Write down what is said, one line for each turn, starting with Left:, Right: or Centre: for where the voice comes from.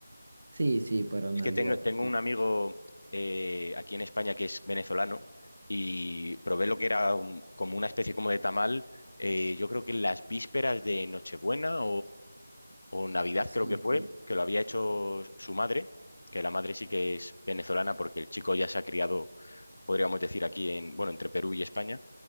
Right: Sí, sí, para
Left: Es
Right: Navidad.
Left: que tengo, tengo
Right: Sí,
Left: un amigo eh, aquí en España que es venezolano y probé lo que era un- como una especie como de tamal, eh, yo creo que en las vísperas de Nochebuena o Navidad
Right: sí.
Left: creo que fue, que lo había hecho su madre, que la madre sí que es venezolana porque el chico ya se ha criado, podríamos decir, aquí en, bueno, entre Perú y España.